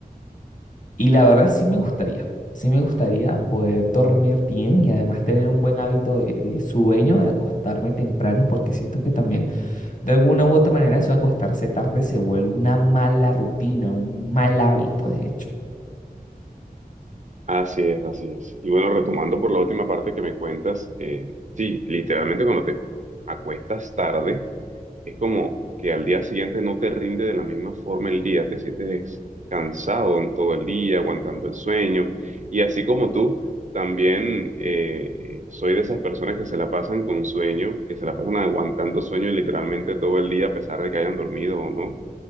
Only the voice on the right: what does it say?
Así es, así es. Y bueno, retomando por la última parte que me cuentas, eh, sí, literalmente cuando te acuestas tarde, es como que al día siguiente no te rinde de la misma forma el día, te sientes cansado en todo el día, aguantando el sueño. Y así como tú, también eh, eh, soy de esas personas que se la pasan con sueño, que se la pasan aguantando sueño literalmente todo el día, a pesar de que hayan dormido o no.